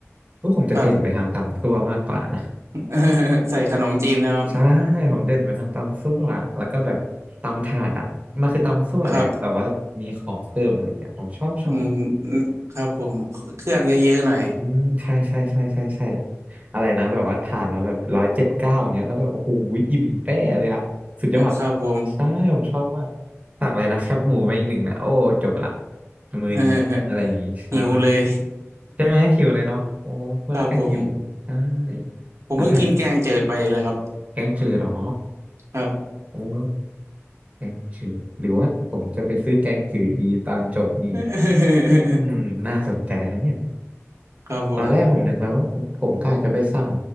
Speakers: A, on the right; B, on the right.
A: พวกผมจะเด่นไปทางตำซั่วมากกว่านะ
B: ครับ <laughs> ใส่ขนมจีนนะครับ
A: <laughs> ใช่ผมเด่นไปทางตำซั่วแล้วก็แบบตำถาดอ่ะมันคือตำซั่วแหละแต่ว่ามีของเพิ่มอะไรเงี้ยผมชอบชอบ
B: ครับอืมครับผมเครื่องเยอะๆหน่อย
A: อืมใช่ใช่ใช่ใช่ใช่อะไรนะแบบว่าทานแล้วแบบร้อยเจ็ดเก้าอย่างเงี้ยแล้วแบบโอ้โหอิ่มแป้เลยอะสุดยอด
B: ครับผม
A: ใช่ผมชอบมากสั่งเลยนะแคบหมูมาอีกหนึ่งนะโอ้จบละมือนี้อะไรอย่างงี้ใช่
B: <laughs> หิวเลย
A: ใช่ไหมหิวเลยเนาะโอ้พูดแล้วก็หิวใช่
B: <laughs> ครับผมผมเพิ่งกินแกงจืดไปเลยครับ
A: แล้วแบบแกงจืดเหรอ
B: ครับ
A: โอ้แกงจืดหรือว่าผมจะไปซื้อแกงจืดดีตอนจบนี่
B: <laughs>
A: อืมน่าสนใจนะเนี่ย
B: ครับผม
A: ตอนแรกผมนึกไว้ว่าผมผมก็อาจจะไปสั่ง